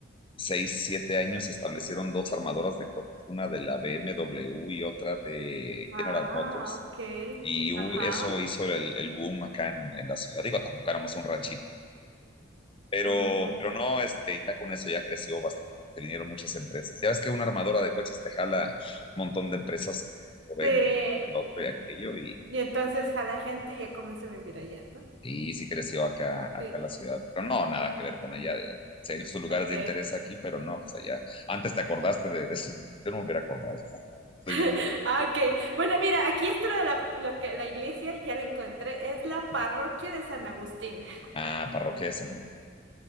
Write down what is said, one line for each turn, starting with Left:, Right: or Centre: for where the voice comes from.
Left: Seis, siete años se establecieron dos armadoras de coches, una de la BMW y otra de
Right: Ah,
Left: General Motors.
Right: ok,
Left: Y hu-
Right: ajá.
Left: eso hizo el, el boom acá en, en la ciudad. Digo, tampoco éramos un ranchito Pero,
Right: mm,
Left: pero no, este, ya con eso ya creció bastante, se vinieron muchas empresas. Ya ves que una armadora de coches te jala un montón de empresas que lo venden,
Right: sí,
Left: el otro y aquello, y,
Right: y entonces jala gente y ya comencé a vivir allá, ¿no?
Left: y, y sí creció acá, acá
Right: Sí,
Left: la ciudad. Pero no, nada
Right: mm,
Left: que ver con allá. eh, sé, Sus lugares
Right: ok.
Left: de interés aquí, pero no, pues allá. Antes te acordaste de, de eso, yo no me hubiera acordado. <laughs> Estoy
Right: <laughs>
Left: bien.
Right: Ah, ok. Bueno, mira, aquí esto de la, lo que la iglesia, ya la encontré, es la parroquia de San Agustín. <laughs>
Left: Ah, parroquia de San Agustín,